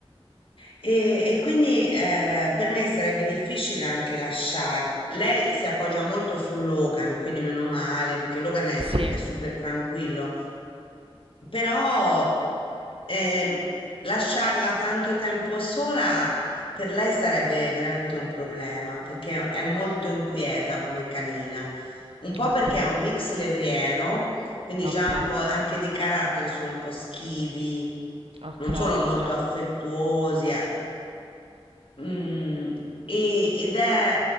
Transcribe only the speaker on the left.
e, e quindi eh, per me sarebbe difficile anche lasciare. Lei si appoggia molto su Logan, quindi meno male, perché Logan è,
è super tranquillo. Però ehm, lasciarla tanto tempo sola per lei sarebbe veramente un problema, perché è molto inquieta come canina. Un po'
perché è un mix levriero quindi
già un po' anche di carattere sono un po' schivi,
non sono molto
affettuosi. eh. Mm, e- ed è,